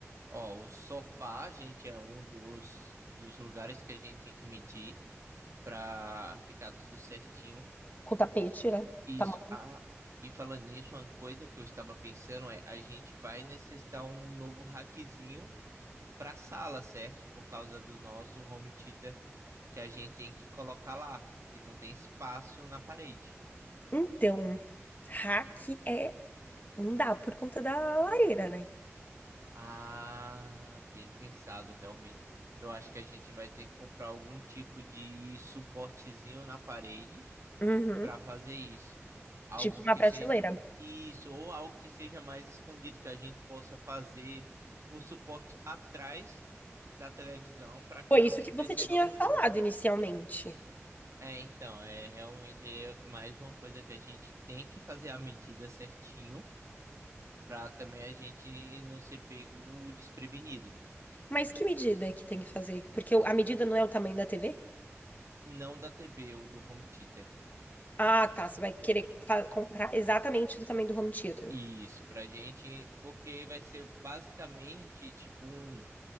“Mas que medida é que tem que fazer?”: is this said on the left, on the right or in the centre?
Left